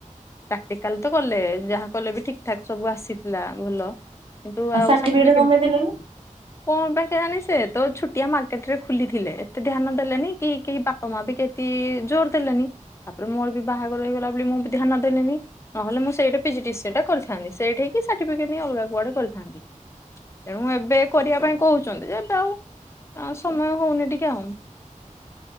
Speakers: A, on the left; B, on the right.
A: ପ୍ରାକ୍ଟିକାଲ ତ କଲେ, ଯାହା କଲେ ବି ଠିକ୍ ଠାକ୍ ସବୁ ଆସିଥିଲା ଭଲ। କିନ୍ତୁ ଆଉ
B: ସାର୍ଟିଫିକେଟ
A: ସାର୍ଟିଫିକେଟ୍
B: କଣ
A: <inaudible>
B: ପାଇଁ ଦେଲେନି?
A: କଣ ପାଇଁ କେଆନି? ସେ ତ ଛୁଟିଆ ମାର୍କେଟ ରେ ଖୋଲିଥିଲେ। ଏତେ ଧ୍ୟାନ ଦେଲେନି କି କେହି ବାପା, ମା ବି କେତେ ଜୋର ଦେଲେନି। ତାପରେ, ମୋର ବି ବାହାଘର ହେଇଗଲା ବୋଲି ମୁଁ ବି ଧ୍ୟାନ ଦେଲିନି। ନହେଲେ, ମୁଁ ସେଇଠି ପିଜିଡିସିଏ ଟା କରିଥାନ୍ତି। ସେଇଠିକି ସାର୍ଟିଫିକେଟ୍ ନେଇ ଅଲଗା କୁଆଡେ କରିଥାନ୍ତି। ତେଣୁ, ଏବେ କରିବା ପାଇଁ କହୁଛନ୍ତି ଯେ, ଏବେ ଆଉ ସମୟ ହଉନି ଟିକେ ଆଉ।